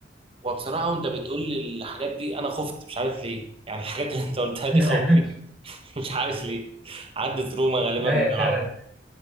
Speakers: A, on the right (about 30°); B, in the centre.
A: وبصراحه وانت بتقول لي الحاجات دي انا خفت مش عارف ليه يعني الحاجات اللي انت قلتها دي
B: <laughs>
A: خوفتني <laughs> مش عارف ليه عدت روما غالبا
B: لا
A: من
B: يا
A: العرب
B: فعلا